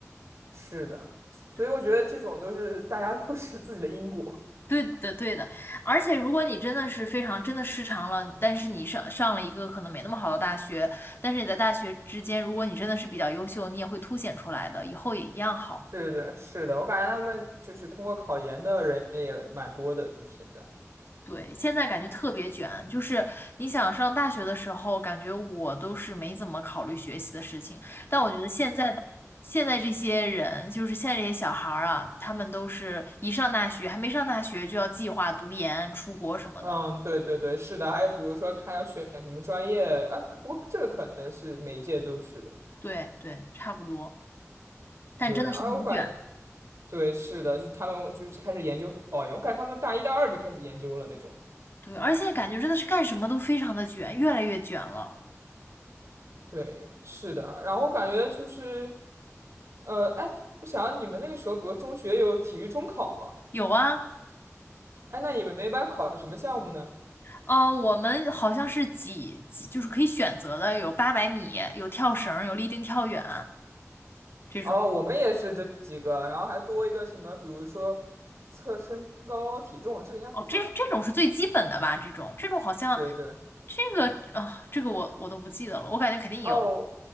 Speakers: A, on the right (about 60°); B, on the left (about 45°).
A: 是的，所以我觉得这种都是大家都是自己的因果，
B: 对对的，对的，而且如果你真的是非常真的失常了，但是你上上了一个可能没那么好的大学，但是你在大学之间，如果你真的是比较优秀，你也会凸显出来的，以后也一样好。
A: <laughs> 是的，是的，我感觉他们就是通过考研的人也蛮多的，就现在。
B: 对，现在感觉特别卷，就是你想上大学的时候，感觉我都是没怎么考虑学习的事情，但我觉得现在现在这些人，就是现在这些小孩儿啊，他们都是一上大学，还没上大学就要计划读研、出国什么的。
A: 嗯，对对对，是的。还有比如说看要选什么专业，啊，不过这个可能是每一届都是的。
B: 对对，差不多，但真的是很卷。
A: 对啊，我感对是的，就是他们就是开始研究保研，我感觉他们大一大二就开始研究了那种。
B: 对，而且现在感觉真的是干什么都非常的卷，越来越卷了。
A: 对，是的。然后我感觉就是，呃，哎，我想你们那个时候，比如中学有体育中考吗？
B: 有啊，
A: 哎，那你们一般考什么项目呢？
B: 呃，我们好像是几几，就是可以选择的，有八百米，有跳绳，有立定跳远。这种。
A: 哦，我们也是这几个，然后还多一个什么，比如说测身高体重，这个应该不算。
B: 哦，这这种是最基本的吧？这种这种好像
A: <laughs> 对对。
B: 这个啊，这个我我都不记得了，我感觉肯定有。
A: 哦，